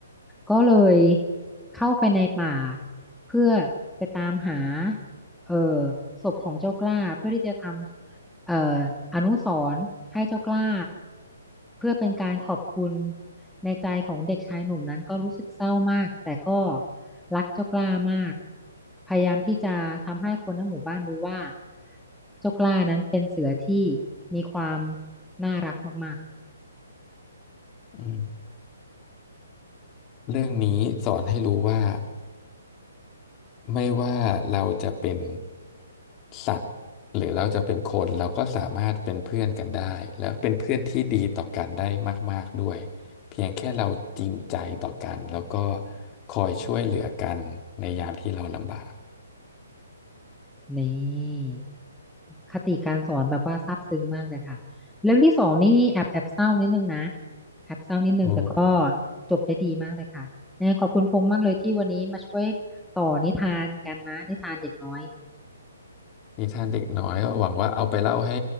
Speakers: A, in the centre; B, on the left (about 25°).
A: ก็เลยเข้าไปในป่าเพื่อไปตามหาเอ่อศพของเจ้ากล้าเพื่อที่จะทำเอ่ออนุสรณ์ให้เจ้ากล้าเพื่อเป็นการขอบคุณในใจของเด็กชายหนุ่มนั้นก็รู้สึกเศร้ามากแต่ก็รักเจ้ากล้ามากพยายามที่จะทำให้คนทั้งหมู่บ้านรู้ว่าเจ้ากล้านั้นเป็นเสือที่มีความน่ารักมากๆ
B: อืมเรื่องนี้สอนให้รู้ว่า ไม่ว่าเราจะเป็นสัตว์หรือเราจะเป็นคนเราก็สามารถเป็นเพื่อนกันได้แล้วเป็นเพื่อนที่ดีต่อกันได้มากๆด้วยเพียงแค่เราจริงใจต่อกันแล้วก็คอยช่วยเหลือกันในยามที่เราลำบาก
A: นี่คติการสอนแบบว่าซาบซึ้งมากเลยค่ะเรื่องที่สองนี่แอบแอบเศร้านิดนึงนะแอบเศร้านิดนึงแต่ก็
B: โอ้
A: จบได้ดีมากเลยค่ะยังไงขอบคุณพงษ์มากเลยที่วันนี้มาช่วยต่อนิทานกันนะนิทานเด็กน้อย
B: นิทานเด็กน้อยก็หวังว่าเอาไปเล่าให้